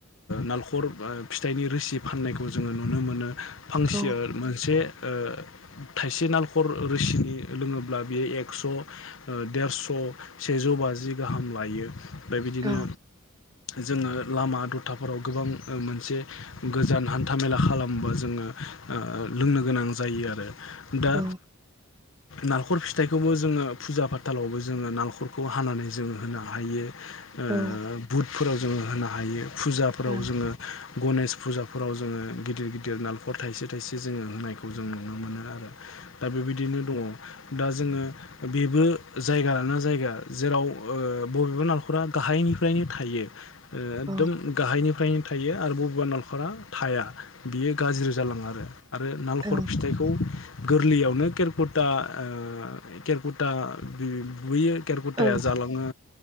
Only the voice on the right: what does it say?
औ
औ
औ
औ
आं
औ
औ
औ ओं